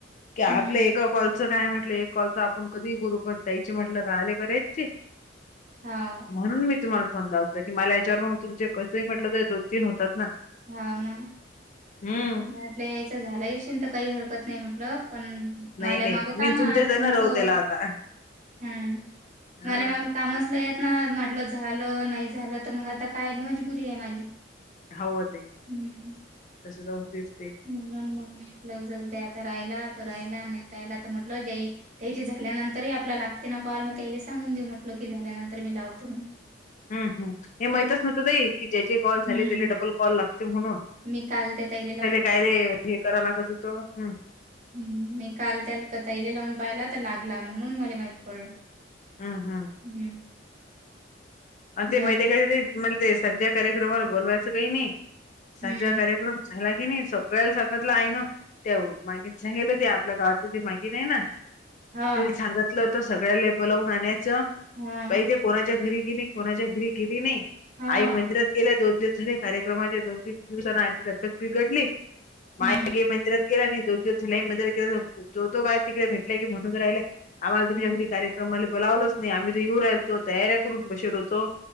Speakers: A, on the left (about 40°); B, on the right (about 40°).
A: की आपलं
B: हम्म.
A: एका कॉलच तुमचं काय म्हटले कॉल तर आपण कधीही करू पण त्याची म्हटलं राहिले. बरेच ते
B: हाव,
A: म्हणून मी तुम्हाला फोन लावते. तर की याच्यावर मग कसंही म्हटलं तर दोन तीन होतात ना.
B: हव ना.
A: हम्म.
B: मी म्हटलं यायचं झालंयशिन तर काही हरकत नाही म्हटलं पण.
A: नाही
B: मला
A: नाही
B: माग का
A: मी
B: महा
A: तुमच्या
B: तुमचं
A: च्यान राहू त्याला आता
B: हम्म,
A: हा
B: माल्या माग कामच नाही येत ना म्हटलं झालं नाही झालं त मग आता काय, मजबुरी आहे माझी.
A: हवं ते
B: हं.
A: तस जाते.
B: म्हणून मग म्हटलं जऊद्या आता राहिला तर राहिला नाही राहिला तर म्हटल जई. त्याची झाल्यानंतरही आपल्याला, लागते ना कॉल मग त्याला सांगून देऊ म्हटल की झाल्यानंतर मी लावतो मग.
A: हम् हम हे माहितच नवतं दई की जे जे कॉल झाले
B: हं.
A: त्याला डबल कॉल लागते म्हणून.
B: मी काल त्यात आईने.
A: काय रे हे कराव लागत होतो हम्म.
B: हम् मी काल त्या क तईले लावून पाहिला तर लागला म्हणून मला माहित पडलं
A: हम् हम्
B: हम्म,
A: आणि ते
B: बाकी
A: माहिती काय? मला ते संध्या कार्यक्रमावर बोलवायचं काही नाही
B: हम्म
A: संध्या कार्यक्रम? सांगला की नाही सगळं सांगतलं आहे ना ते माग सांगितलं ते आपल्या गावात जे मागर आहे ना. तिले
B: हा
A: सांगितलं होतं सगळ्याला बोलवून आणायचं
B: हा
A: बाई ते. घरी गेली कोणाच्या घरी गेली नाही,
B: हा
A: आई मंदिरात गेल्या दोन दिवस झाले. कार्यक्रमाच्या दोन-तीन दिवसांनी आईची तब्येत बिघडली ंअअअक
B: हम्म
A: माय गेली मंदिरात. <unintelligible> जो जो बाय भेटले की, म्हणून राहिले की आम्हाला तुम्ही
B: हम्म
A: <unintelligible> आम्हाले तर बोलावलेच नाही, आम्ही येऊ राहिलो होतो तयार करून बसले होतो.